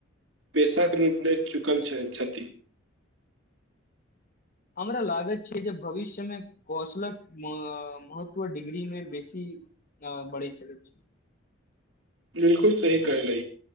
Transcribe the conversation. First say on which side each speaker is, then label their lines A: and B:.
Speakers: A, on the right (about 65°); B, on the left (about 45°).
A: पेशाक रूप ल चुकल छथि।
B: हमरा लागैत छै जे भविष्यमे कौशलक महत्व डिग्रीमे बेसी बढ़ि सकैत छै।
A: बिलकुल सही कहल